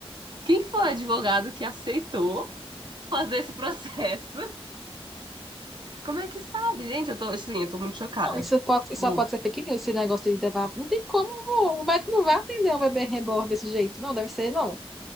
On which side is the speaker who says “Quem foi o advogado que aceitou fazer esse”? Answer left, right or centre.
Right